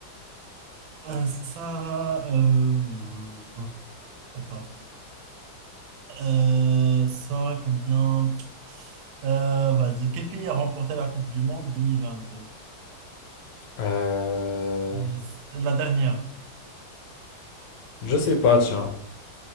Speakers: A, on the right; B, on the left.
A: euh, ça. euh, Attends. Euh, ça, combien? Euh, vas-y, quel pays a remporté la Coupe du Monde 2022?
B: Euh,
A: Euh, c'est la dernière.
B: Je sais pas, tiens.